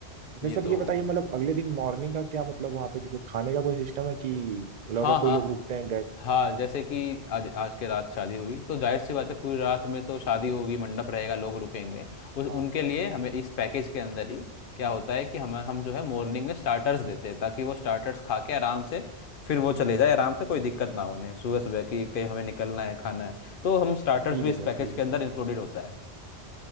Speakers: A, on the right; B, on the left.
A: अच्छा सर
B: ये तो
A: ये
B: होगा
A: बताइए मतलब अगले दिन मॉर्निंग का क्या मतलब वहाँ पे जैसे खाने का कोई सिस्टम है कि मतलब
B: हाँ
A: अगर
B: हाँ
A: कोई लोग
B: हाँ
A: रुकते हैं गेस्ट
B: हाँ, जैसे कि आज आज के रात शादी हुई तो जाहिर सी बात है पूरी रात में तो शादी होगी मंडप रहेगा लोग रुकेंगे उस उनके
A: हाँ
B: लिए हमें इस पैकेज के अंदर ही क्या होता है कि हम हम जो है मॉर्निंग में स्टार्टर्स देते हैं ताकि वो स्टार्टर्स खा के आराम से फिर वो चले जाए आराम से कोई दिक्कत ना हो उन्हें सुबह सुबह की कहीं हमें निकलना है खाना है तो हम स्टार्टर्स
A: ठीक
B: भी
A: है
B: इस
A: सर
B: पैकेज
A: ठीक
B: के
A: है
B: अंदर
A: ठीक
B: इंक्लूडेड होता है